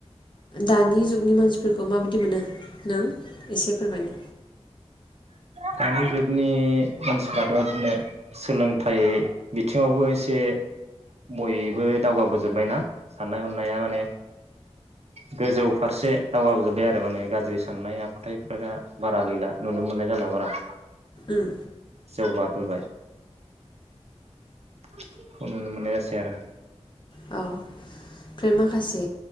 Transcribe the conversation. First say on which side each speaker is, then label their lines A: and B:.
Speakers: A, on the left; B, on the right.
A: दानि जुगनि मानसि फोरखौ माबायदि मोनो नों एसे फोरमायनो
B: दानि जुगनि मानसिफ्राथ' बिदिनो सोलोंथाइ बिथिङावबो एसे बयबो दावगाबोजोबबायना साननाय हनाया माने गोजौ फारसे दावगाजोब्बाय आरो माने गाज्रि साननाय आखुथाइफोरा बारा गैला नुनो मोननाय जाला बारा।
A: ओम
B: जौगाबोबाय <unintelligible> खौ नुनो मोननाय जासै आरो
A: औ ओमफ्राय माखासे